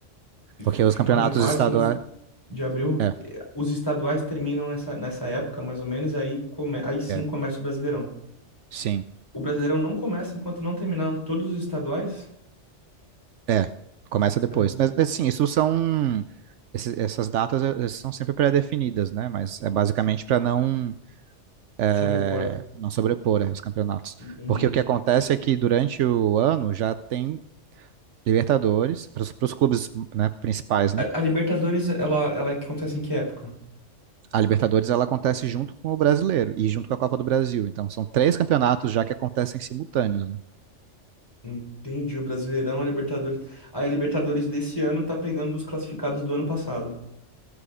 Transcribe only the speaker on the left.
F-
Final
de março,
início de abril.
E Os estaduais terminam nessa, nessa época, mais ou menos, e aí, come, aí sim
começa o Brasileirão.
O Brasileirão não começa enquanto não terminaram todos os estaduais?
Para
sobrepor.
Entendi.
A, a Libertadores, ela, ela acontece em que época?
Entendi. O Brasileirão, a Libertadores. Aí a Libertadores desse ano tá pegando os classificados do ano passado.